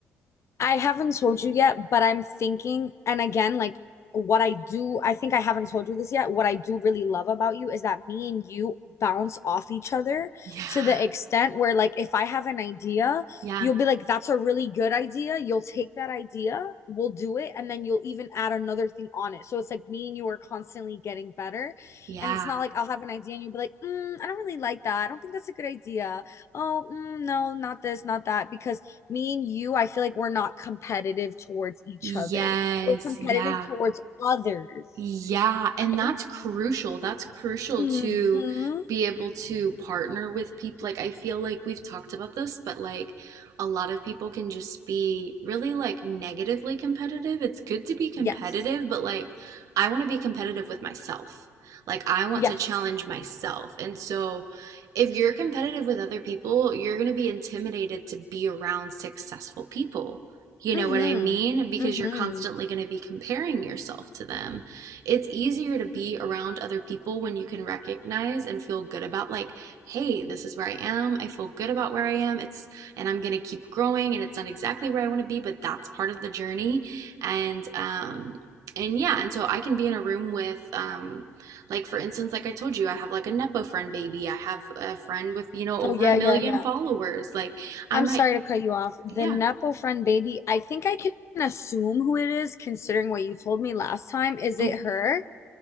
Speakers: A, on the left; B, on the right.
A: I haven't told you yet, but I'm thinking, and again, like what I do, I think I haven't told you this yet. What I do really love about you is that me and you bounce off each other
B: Yeah.
A: to the extent where, like, if I have an idea,
B: Yeah.
A: you'll be like, that's a really good idea. You'll take that idea, we'll do it, and then you'll even add another thing on it. So it's like me and you are constantly getting better.
B: Yeah.
A: And it's not like I'll have an idea and you'll be like, mm, I don't really like that. I don't think that's a good idea. Oh, mm, no, not this, not that. Because me and you, I feel like we're not competitive towards each
B: Yes.
A: other. We're competitive
B: Yeah.
A: towards others,
B: Yeah, and
A: right?
B: that's crucial. That's crucial
A: Mm-hmm.
B: to be able to partner with people. Like, I feel like we've talked about this, but like a lot of people can just be really like negatively competitive. It's good to be competitive,
A: Yes.
B: but like I want to be competitive with myself. Like, I want
A: Yes.
B: to challenge myself. And so, if you're competitive with other people, you're going to be intimidated to be around successful people. You
A: Mm-hmm.
B: know what I mean? Because
A: Mm-hmm.
B: you're constantly going to be comparing yourself to them it's easier to be around other people when you can recognize and feel good about like hey this is where i am i feel good about where i am it's and i'm gonna keep growing and it's not exactly where i want to be but that's part of the journey and um and yeah and so i can be in a room with um like for instance like i told you i have like a nepo friend baby i have a friend with you know over
A: Oh yeah,
B: a million
A: yeah, yeah.
B: followers like i
A: I'm
B: might
A: sorry to cut you off. The
B: yeah
A: Nepo friend baby, I think I can assume who it is considering what you told me last time. Is it
B: Mm.
A: her?